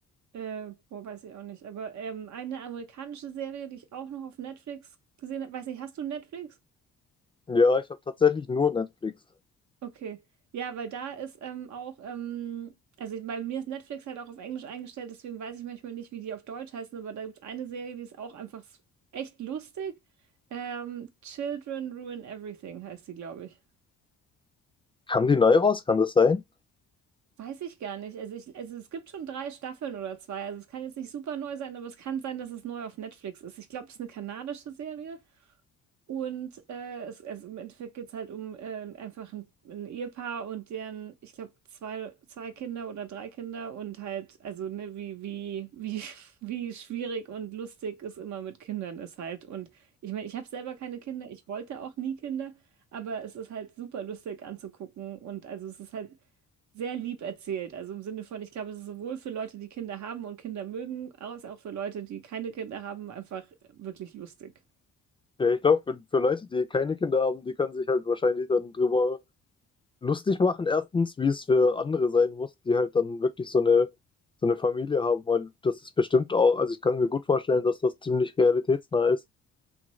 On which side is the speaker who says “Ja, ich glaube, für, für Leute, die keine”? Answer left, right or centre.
Left